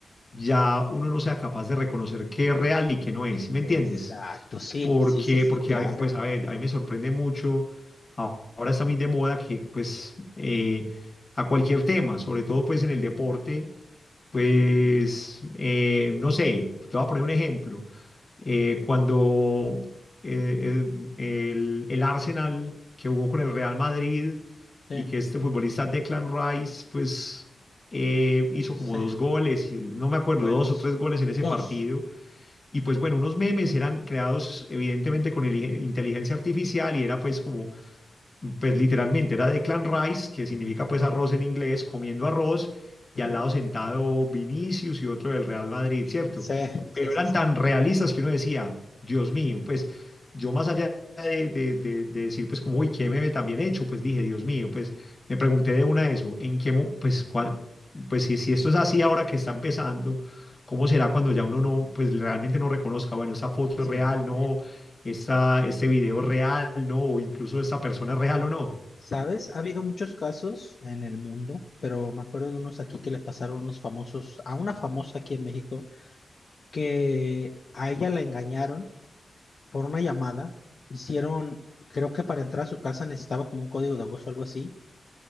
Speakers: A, on the left; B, on the left.
A: ya uno no sea capaz de reconocer qué es real y qué no es, ¿sí me entiendes?
B: exacto, sí,
A: Porque,
B: sí, sí, sí,
A: porque,
B: claro.
A: hay- pues a ver, a mí me sorprende mucho, a- ahora está muy de moda que pues eh, a cualquier tema, sobre todo pues en el deporte, pues, eh, no sé, te voy a poner un ejemplo. Eh, cuando eh, eh, el, el Arsenal que jugó con el Real Madrid
B: Sí,
A: y que este futbolista Declan Rice, pues eh, hizo
B: sí,
A: como dos goles, eh, no me acuerdo,
B: buenos.
A: dos o tres goles en ese
B: Dos.
A: partido. Y pues bueno, unos memes eran creados evidentemente con el- inteligencia artificial y era pues como pues literalmente era de Clan Rice, que significa pues arroz en inglés, comiendo arroz, y
B: Ujú.
A: al lado sentado Vinicius y otro del Real Madrid, ¿cierto?
B: Sí, sí,
A: Pero
B: sí,
A: eran
B: sí.
A: tan realistas que uno decía, Dios mío, pues yo más allá de, de- de- de decir pues como, uy, qué meme tan bien hecho, pues dije, Dios mío, pues me pregunté de una eso, ¿en qué, mo- pues, cuál, pues si, si esto es así ahora que está empezando? ¿Cómo será cuando ya uno no, pues realmente no reconozca, bueno, esa foto
B: Sí.
A: es real, no,
B: Eh,
A: esa, ese video es real, ¿no? O incluso esa persona es real o no.
B: ¿sabes? Ha habido muchos casos en el mundo, pero me acuerdo de unos aquí que le pasaron a unos famosos, a una famosa aquí en México, que a ella la engañaron por una llamada. Hicieron, creo que para entrar a su casa necesitaba como un código de voz o algo así.